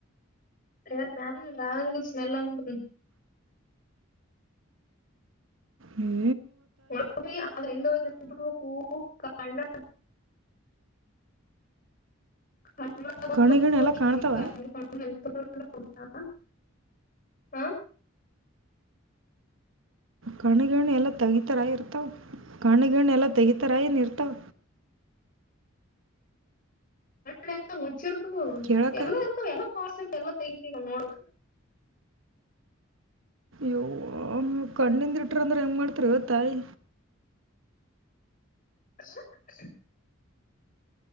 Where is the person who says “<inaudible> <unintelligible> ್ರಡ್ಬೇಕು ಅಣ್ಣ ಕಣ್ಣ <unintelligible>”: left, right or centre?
Left